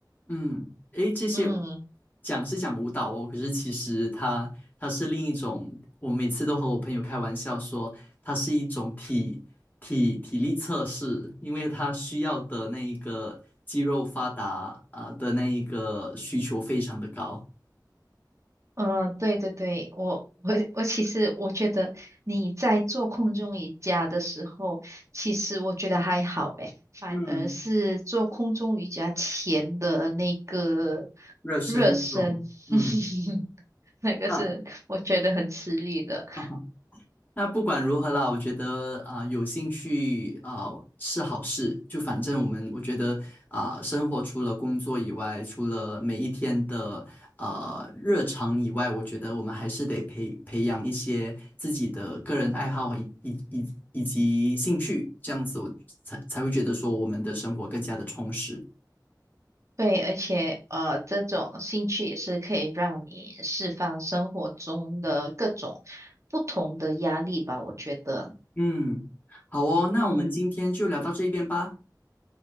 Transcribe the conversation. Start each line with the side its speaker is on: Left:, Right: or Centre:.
Left: 嗯，诶，这些
Right: 嗯。
Left: 讲是讲舞蹈哦，可是其实它它是另一种，我每次都和我朋友开玩笑说，它是一种体体体力测试，因为它需要的那一个肌肉发达啊、的那一个需求非常的高，
Right: 嗯，对对对，我我我其实我觉得你在做空中瑜伽的时候，其实我觉得还好诶，反而是做空中瑜伽前的那个
Left: 嗯，热身运动，
Right: 热身，
Left: 嗯，
Right: <laughs> 那个是我觉得很吃力的。
Left: 哈。啊那不管如何啦，我觉得啊、有兴趣啊、是好事。就反正我们，我觉得啊、生活除了工作以外，除了每一天的啊、日常以外，我觉得我们还是得培培养一些自己的个人爱好以以以以及兴趣，这样子我才才会觉得说我们的生活更加的充实。
Right: 对，而且呃，这种兴趣也是可以让你释放生活中的各种不同的压力吧，我觉得。
Left: 嗯，好哦，那我们今天就聊到这一边吧，
Right: 嗯，